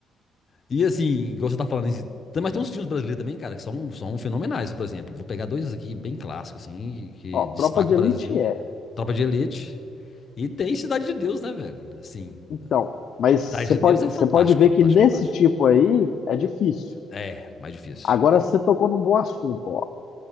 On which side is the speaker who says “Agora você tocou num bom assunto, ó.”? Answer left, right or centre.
Left